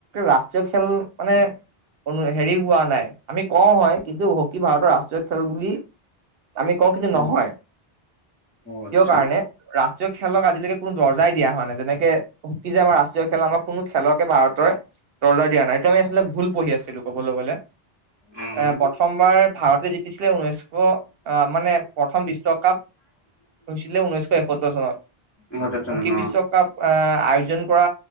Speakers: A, on the right; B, on the left.
A: ৰাষ্ট্ৰীয় খেল মানে অনু হেৰি হোৱা নাই আমি কওঁ হয় কিন্তু হকী ভাৰতৰ ৰাষ্ট্ৰীয় খেল বুলি আমি কওঁ কিন্তু
B: অ',
A: নহয়
B: অ', আচ্ছা
A: কিয় কাৰণে ৰাষ্ট্ৰ ৰাষ্ট্ৰীয় খেলক আজিলৈকে কোনো দৰ্জাই দিয়া হোৱা নাই যেনেকে হকী যে আমাৰ ৰাষ্ট্ৰীয় খেল আমাক কোনো খেলকে ভাৰতৰ দৰ্জা দিয়া নাই, এইটো আমি আচলতে ভুল পঢ়ি আছিলোঁ ক'বলৈ গ'লে
B: অ',
A: এ প্ৰথমবাৰ ভাৰতে জিতিছিলে ঊনৈশখ আহ', মানে প্ৰথম বিশ্বকাপ হৈছিলে ঊনৈশখ এসত্তৰ চনত,
B: ইহঁতে খেলে
A: হকী
B: ন
A: বিশ্বকাপ আহ', আয়োজন কৰা